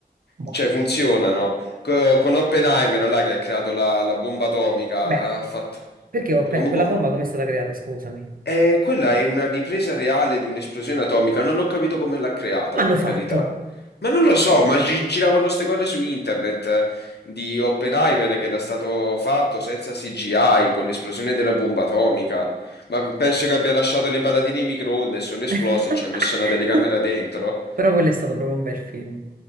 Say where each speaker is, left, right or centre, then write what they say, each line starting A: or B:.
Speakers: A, on the right; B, on the left.
A: Boh.
B: Cioè, funzionano. Co- con Oppenheimer, là, che ha creato la, la bomba atomica,
A: Beh,
B: ha fatto...
A: perché ho
B: cioè,
A: pe-
B: comunque-
A: quella bomba come è stata creata? Scusami.
B: Eh, quella è una ripresa reale di un'esplosione atomica. Non ho capito come l'ha creata,
A: Come
B: per
A: hanno fatto?
B: carità. Ma non lo so, ma gi- giravano ste cose su internet eh, di Oppenheimer che era stato fatto senza CGI con l'esplosione della bomba atomica. Ma penso che abbia lasciato le patatine in microonde e sono esplose
A: <laughs>
B: e ci ha messo una telecamera dentro.
A: Però quello è stato proprio un bel film.